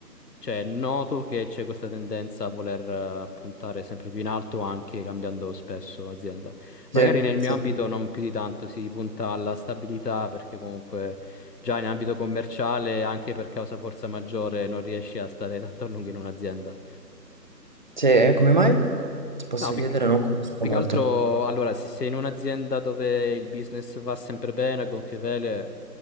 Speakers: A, on the left (about 70°); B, on the right (about 25°).
A: cioè, è noto che c'è questa tendenza a voler eh, puntare sempre più in alto, anche cambiando spesso azienda. Magari
B: sì,
A: nel
B: sì.
A: mio ambito non più di tanto, si punta alla stabilità perché comunque già in ambito commerciale, anche per causa forza maggiore, non riesci a stare tanto a lungo in un'azienda.
B: Sì, eh, come mai? Ti posso
A: No, più,
B: chiedere,
A: che
B: non conosco
A: più
B: molto.
A: che altro, allora, se sei in un'azienda dove il business va sempre bene, a gonfie vele,